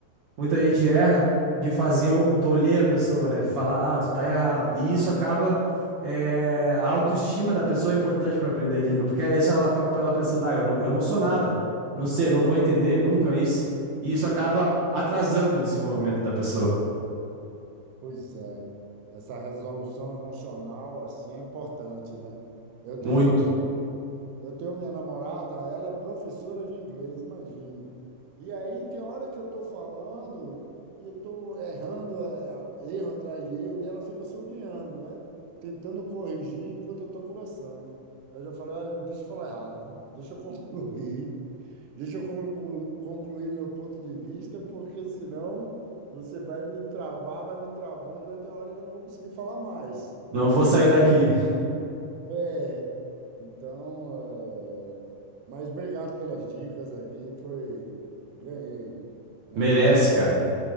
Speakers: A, on the right; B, on the right.
A: muita gente erra de fazer um tolher a pessoa, né? Falar, ah, tu tá errado. E isso acaba. é, a autoestima da pessoa é importante para aprender a língua, porque aí ela acaba ela pensando, ah, eu não, eu não sou nada, não sei, não vou entender nunca isso. E isso acaba atrasando o desenvolvimento da pessoa.
B: Pois é, essa resolução emocional assim é importante, né? Eu
A: Muito.
B: tenho, eu, eu tenho minha namorada, ela é professora de inglês, imagine. E aí tem hora que eu estou falando e eu estou errando, é, a- erro atrás de erro, e ela fica sublinhando, né? Tentando corrigir enquanto eu estou conversando. Eu já falei, "Ah, deixa eu falar errado, viu? deixa eu <laughs> concluir Deixa eu conclu- concluir meu ponto de vista, porque senão você vai me travar, vai me travando, vai ter uma hora que eu não vou conseguir falar mais,
A: Não vou sair
B: né?
A: daqui.
B: É, então, é, mas obrigado pelas dicas aqui, foi, ganhei, né?
A: Merece,
B: Dizem que,
A: cara.